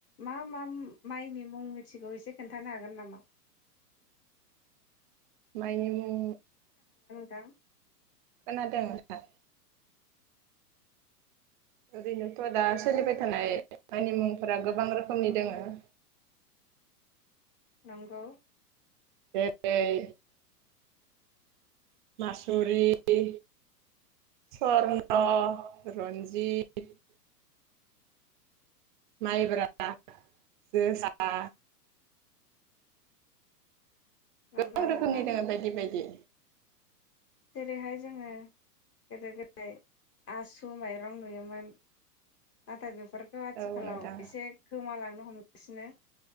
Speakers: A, on the left; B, on the right.
A: मा मा उम माइनि मुं मिथिगौ एसे खोन्थानो हागोन नामा?
B: मायनि मुं
A: थां
B: खोनादों नोंथां। ओरैनोथ दा सोलिबाय थानाय माइनि मुंफोरा गोबां रोखोमनि दोङो।
A: नंगौ।
B: <unintelligible> मासुरि स्वरन रन्जित। माइब्रा जोसा
A: नंगौ
B: गोबां रोखोमनि
A: नोंथां
B: दोङो बायदि बायदि।
A: जेरैहाय जोङो गोदो गोदाय आसु माइरं नुयोमोन। नाथाय बे फोरबो आथिखालाव
B: औ नोंथां
A: एसे गोमालांनो हम सिनो